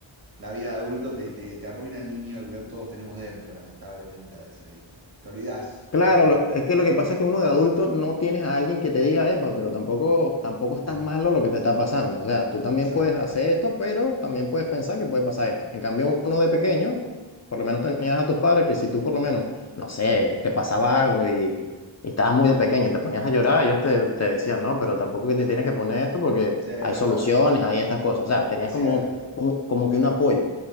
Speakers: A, on the right (about 50°); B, on the left (about 35°).
A: la vida de adulto te, te, te arruina el niño que todos tenemos dentro, lamentablemente a veces, ¿viste? Te olvidás.
B: Claro,
A: ¿no?
B: lo- es que lo que pasa es que uno de adulto no tienes a alguien que te diga, epa, pero tampoco, tampoco es tan
A: Eh,
B: malo lo que te está pasando. O sea, tú también
A: exacto.
B: puedes hacer esto, pero también puedes pensar que puede pasar esto. En cambio, uno de pequeño, por lo menos tenías a tus padres que si tú por lo menos, no sé, te pasaba algo y, y estabas muy de pequeño y te ponías a llorar, ellos te, te decían, no, pero tampoco que te tienes que poner esto porque
A: Sí, es verdad,
B: hay soluciones, hay estas cosas. O sea, tenías
A: es
B: como,
A: cierto.
B: un- como que un apoyo.